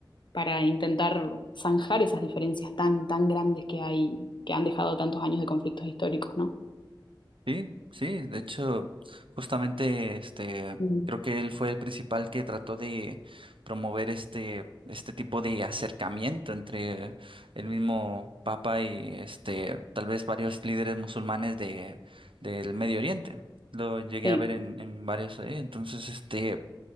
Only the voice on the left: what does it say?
para intentar zanjar esas diferencias tan, tan grandes que hay, que han dejado tantos años de conflictos históricos, ¿no?
Mm,
Sí,